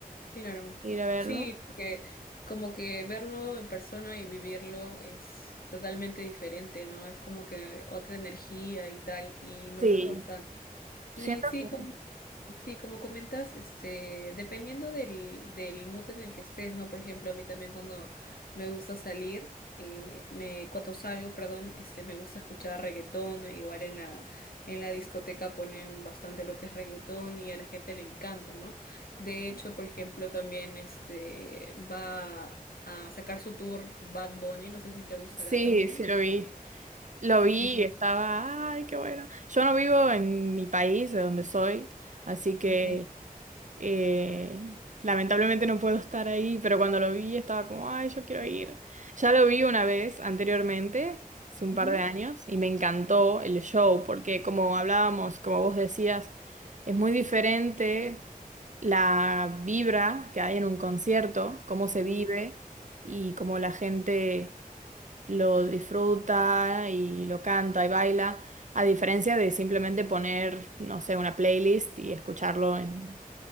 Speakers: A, on the left (about 80°); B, on the right (about 55°).
A: Claro.
B: ir a verlo.
A: Sí, porque como que verlo en persona y vivirlo es totalmente diferente, ¿no? Es como que otra energía y tal, y me
B: Sí,
A: gusta bastante. Y
B: siento
A: sí,
B: que
A: como, sí, como comentas, este, dependiendo del, del mood en el que estés, ¿no? Por ejemplo, a mí también cuando me gusta salir, eh, me, cuando salgo, perdón, este, me gusta escuchar reggaetón, e igual en la, en la discoteca ponen bastante lo que es reggaetón y a la gente le encanta, ¿no? De hecho, por ejemplo, también este, va a sacar su tour Bad Bunny, no sé si te gustará
B: sí,
A: también.
B: sí lo vi. Lo vi
A: Sí, sí,
B: y estaba, ay, qué bueno. Yo no vivo en mi país, de donde soy, así que
A: ok.
B: Eh, lamentablemente no puedo estar ahí, pero cuando lo vi estaba como, ay, yo quiero ir. Ya lo vi una vez anteriormente, hace un
A: Ujú.
B: par de años, y me encantó el show, porque como hablábamos, como vos decías, es muy diferente la vibra que hay en un concierto, cómo se
A: Sí,
B: vive y cómo la gente lo disfruta y lo canta y baila. A diferencia de simplemente poner, no sé, una playlist y escucharlo en